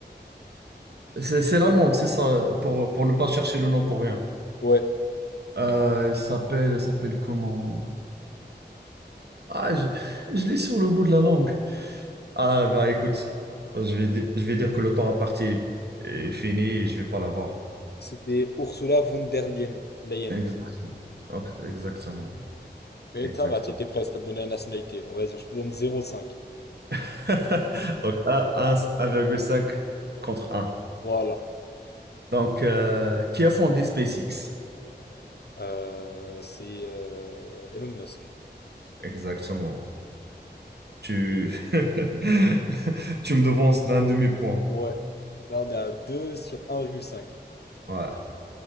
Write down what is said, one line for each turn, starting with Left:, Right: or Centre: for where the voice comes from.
Right: C'est c'est l'allemande, c'est ça, pour, pour ne pas chercher le nom pour rien.
Left: Ouais,
Right: Euh, elle s'appelle, elle s'appelle comment? Ah, je, je l'ai sur le bout de la langue. Ah, bah écoute, je vais, di- je vais dire que le temps à partir est fini et je vais pas l'avoir.
Left: c'était Ursula von der Leyen. Leyen.
Right: Exactement. Ok, Exactement.
Left: Mais
Right: Exactement.
Left: ça va, tu étais presque, t'as donné la nationalité. On va dire, je te donne 0,5.
Right: <laughs> Donc, un- un- 1,5 contre un.
Left: Voilà.
Right: Donc, euh, qui a fondé SpaceX?
Left: Euh, c'est euh, Elon Musk.
Right: Exactement. Tu, <laughs> tu me devances d'un demi-point.
Left: Ouais. Là, on est à 2 sur un virgule cinq
Right: Ouais.